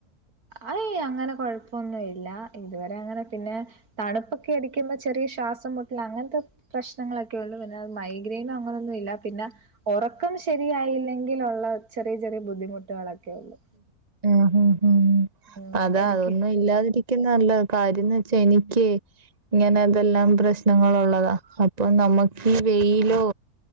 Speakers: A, on the right (about 80°); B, on the right (about 25°).
A: അയ് അങ്ങനെ കൊഴപ്പൊന്നും ഇല്ല ഇതുവരെ അങ്ങനെ പിന്നെ- തണുപ്പൊക്കെ അടിക്കുമ്പം ചെറിയ ശ്വാസം മുട്ടൽ അങ്ങനത്തെ പ്രശ്നങ്ങളൊക്കെ ഉള്ളു പിന്നെ മൈഗ്രെയിനും അങ്ങനെയൊന്നുമില്ല പിന്നെ ഒറക്കം ശരിയായില്ലെങ്കി ഉള്ള ചെറിയ ചെറിയ ബുദ്ധിമുട്ടുകളൊക്കെ ഉള്ളു
B: ആഹ് ആഹ്
A: ഉം
B: അതാ
A: എനിക്ക്
B: അതൊന്നും ഇല്ലാതിരിക്ക- നല്ല കാര്യം എന്ന് വെച്ചാ എനിക്ക്- ഇങ്ങനെ എന്തെല്ലാം പ്രശ്നങ്ങളുള്ളതാ അപ്പൊ നമുക്ക് ഈ വെയിലോ